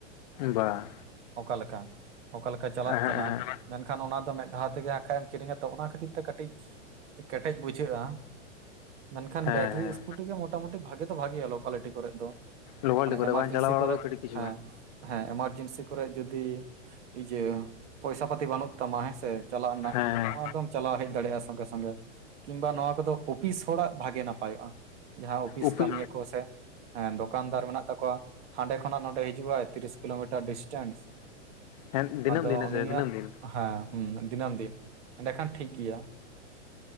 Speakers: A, on the left; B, on the right.
A: ᱵᱟ
B: ᱚᱠᱟᱞᱮᱠᱟ? ᱚᱠᱟ ᱞᱮᱠᱟ ᱪᱟᱞᱟᱜ
A: ᱮᱦᱮᱸᱜ
B: ᱠᱟᱱᱟ
A: ᱮᱦᱮᱸᱜ
B: ᱢᱮᱱᱠᱷᱟᱱ ᱚᱱᱟ ᱫᱚ ᱢᱤᱫ ᱫᱷᱟᱣ ᱛᱮᱜᱮ ᱦᱟᱸᱠᱷᱟᱡ ᱮᱢ ᱠᱤᱨᱤᱧᱟ ᱛᱚ ᱚᱱᱟ ᱠᱷᱟᱹᱛᱤᱨ ᱛᱮ ᱠᱟᱹᱴᱤᱡ ᱠᱮᱴᱮᱡ ᱵᱩᱡᱷᱟᱹᱜᱼᱟ᱾ ᱢᱮᱱᱠᱷᱟᱱ
A: ᱦᱮᱸ ᱦᱮᱸ
B: ᱵᱮᱴᱨᱤ ᱤᱥᱠᱩᱴᱤ ᱜᱮ ᱢᱚᱴᱟᱢᱩᱴᱤ ᱵᱷᱟᱜᱮ ᱫᱚ ᱵᱷᱟᱜᱮᱭᱟ ᱞᱳᱠᱟᱞᱤᱴᱤ ᱠᱚᱨᱮᱜ ᱫᱚ᱾
A: ᱞᱳᱣᱟᱞᱰᱤ
B: ᱢᱟᱱᱮ
A: ᱠᱚᱨᱮ
B: ᱮᱢᱟᱨᱡᱤᱱᱥᱤ
A: ᱵᱟᱝ ᱪᱟᱞᱟᱣ ᱵᱟᱲᱟ
B: ᱠᱚᱨᱮᱜ
A: ᱫᱚ ᱠᱟᱹᱴᱤᱡ ᱠᱤᱪᱷᱩ
B: ᱦᱮᱸ ᱦᱮᱸ ᱮᱢᱟᱨᱡᱤᱱᱥᱤ ᱠᱚᱨᱮᱜ ᱡᱩᱫᱤ ᱤᱭᱟᱹ ᱯᱚᱭᱥᱟ ᱯᱟᱛᱤ ᱵᱟᱹᱱᱩᱜ ᱛᱟᱢᱟ ᱦᱮᱸ ᱥᱮ ᱪᱟᱞᱟᱜ ᱨᱮᱱᱟᱜ,
A: ᱦᱮᱸ ᱦᱮᱸ
B: ᱚᱱᱟ ᱫᱚᱢ ᱪᱟᱞᱟᱣ ᱦᱮᱡ ᱫᱟᱲᱮᱭᱟᱜᱼᱟ ᱥᱚᱝᱜᱮ ᱥᱚᱝᱜᱮ᱾ ᱠᱤᱝᱵᱟ ᱱᱚᱣᱟ ᱠᱚᱫᱚ ᱚᱯᱤᱥ ᱦᱚᱲᱟᱜ ᱵᱷᱟᱜᱮ ᱱᱟᱯᱟᱭᱚᱜᱼᱟ᱾ ᱡᱟᱦᱟᱸ ᱚᱯᱤᱥ
A: ᱩᱯᱤ
B: ᱠᱟᱹᱢᱤᱭᱟ ᱠᱚ ᱥᱮ ᱦᱮᱸ ᱫᱚᱠᱟᱱᱫᱟᱨ ᱢᱮᱱᱟᱜ ᱛᱟᱠᱚᱣᱟ, ᱦᱟᱸᱰᱮ ᱠᱷᱚᱱᱟᱜ ᱱᱚᱸᱰᱮ ᱦᱤᱡᱩᱜᱼᱟᱭ ᱛᱤᱨᱤᱥ ᱠᱤᱞᱳᱢᱤᱴᱟᱨ ᱰᱤᱥᱴᱮᱱᱥ
A: ᱦᱮᱸ ᱫᱤᱱᱟᱹᱢ
B: ᱟᱫᱚ
A: ᱫᱤᱱ ᱦᱮᱸᱥᱮ
B: ᱩᱱᱤᱭᱟᱜ
A: ᱫᱤᱱᱟᱹᱢ ᱫᱤᱱ
B: ᱦᱮᱸ ᱦᱩᱸ ᱫᱤᱱᱟᱹᱢ ᱫᱤᱱ ᱮᱸᱰᱮᱠᱷᱟᱱ ᱴᱷᱤᱠ ᱜᱮᱭᱟ᱾